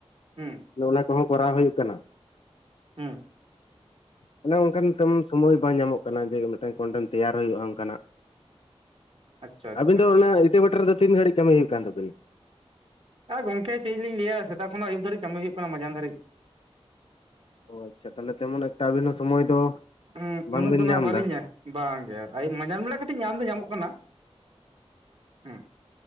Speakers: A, on the right; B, on the left.
A: ᱦᱩᱸ
B: ᱟᱫᱚ ᱚᱱᱟ ᱠᱚᱦᱚᱸ ᱠᱚᱨᱟᱣ ᱦᱩᱭᱩᱜ ᱠᱟᱱᱟ᱾
A: ᱦᱩᱸ
B: ᱟᱱᱮ ᱚᱝᱠᱟᱱ ᱛᱮᱢᱚᱱ ᱥᱚᱢᱚᱭ ᱵᱟᱝ ᱧᱟᱢᱚᱜ ᱠᱟᱱᱟ ᱡᱮ ᱢᱤᱫᱴᱮᱝ ᱠᱚᱱᱴᱮᱱᱴ ᱛᱮᱭᱟᱨ ᱦᱩᱭᱩᱜᱼᱟ ᱚᱱᱠᱟᱱᱟᱜ
A: ᱟᱪᱪᱷᱟ ᱟᱪᱪᱷᱟ
B: ᱟᱹᱵᱤᱱ ᱫᱚ
A: ᱟᱪᱪᱷᱟ
B: ᱚᱱᱟ ᱤᱴᱟᱹ ᱵᱟᱴᱟ ᱨᱮᱫᱚ ᱛᱤᱱ ᱜᱷᱟᱹᱲᱤᱡ ᱠᱟᱹᱢᱤ ᱦᱩᱭᱩᱜ ᱠᱟᱱ ᱛᱟᱵᱤᱱᱟ?
A: ᱟᱨ ᱜᱚᱝᱠᱮ ᱪᱮᱫ ᱞᱤᱧ ᱞᱟᱹᱭᱟ ᱥᱮᱛᱟᱜ ᱠᱷᱚᱱᱟᱜ ᱟᱹᱭᱩᱵ ᱫᱷᱟᱹᱨᱤᱡ ᱠᱟᱹᱢᱤ ᱦᱩᱭᱩᱜ ᱠᱟᱱᱟ ᱢᱟᱡᱟᱱ ᱫᱷᱟᱹᱨᱤᱡ
B: ᱚ ᱟᱪᱷᱟ ᱛᱟᱦᱞᱮ ᱛᱮᱢᱚᱱ ᱮᱠᱴᱟ ᱟᱹᱵᱤᱱᱟᱜ ᱥᱚᱢᱚᱭ ᱫᱚ
A: ᱦᱩᱸ
B: ᱵᱟᱝᱵᱤᱱ
A: ᱩᱱᱟᱹᱜ ᱫᱚ ᱱᱷᱟᱜ
B: ᱧᱟᱢ
A: ᱵᱟᱹᱞᱤᱧ ᱧᱟ ᱵᱟᱝ ᱜᱮ ᱟᱭ ᱢᱟᱡᱟᱱ ᱵᱮᱲᱟ ᱠᱟᱹᱴᱤᱡ ᱧᱟᱢ ᱫᱚ ᱧᱟᱢᱚᱜ ᱠᱟᱱᱟ, ᱦᱩᱸ